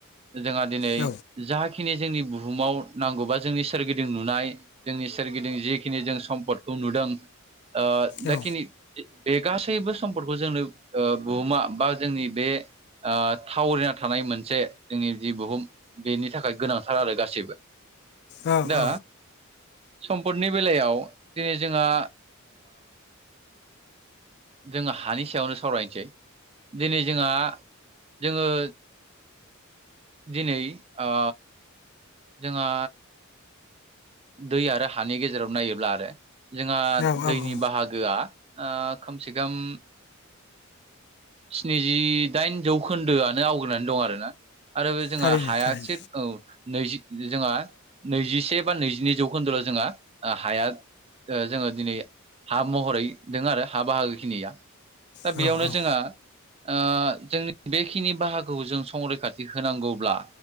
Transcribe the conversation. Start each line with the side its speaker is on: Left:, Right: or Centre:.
Right: जोंहा दिनै
Left: औ
Right: जाखिनि जोंनि बुहुमाव नांगौबा जोंनि सोरगिदिं नुनाय जोंनि सोरगिदिं जिखिनि जों सम्पदखौ नुदों ओ
Left: औ
Right: दाखिनि बे गासैबो सम्फोरखौ जोंनो ओ बुहुमा बा जोंनि बे थावरिना थानाय मोनसे जोंनि जि बुहुम बेनि थाखाय गोनांथार आरो गासैबो
Left: औ
Right: दा
Left: औ
Right: सम्पदनि बेलायाव दिनै जोंहा जोङो हानि सायावनो सावरायनोसै दिनै जोंहा जोङो दिनै आ जोङा दै आरो हानि गेजेराव नायोब्ला आरो जोंहा
Left: औ औ
Right: दैनि
Left: औ
Right: बाहागो गोआ ओ खोमसे खम स्निजिदाइन जौखोन्दोआनो आवग्रिनानै दं आरोना आरो जोंहा
Left: थारैनो
Right: हायास
Left: थारैनो
Right: औ नैजि जोंहा नैजिसे बा नैजिनै जौखोन्दोल' जोंहा हाया जोङो दिनै हा महरै द आरो हा बाहागोखिनिया दा
Left: औ
Right: बेयावनो
Left: औ
Right: जोंहा आ जोंनि बेखिनि बाहागोखौ जों संरैखाथि होनांगौब्ला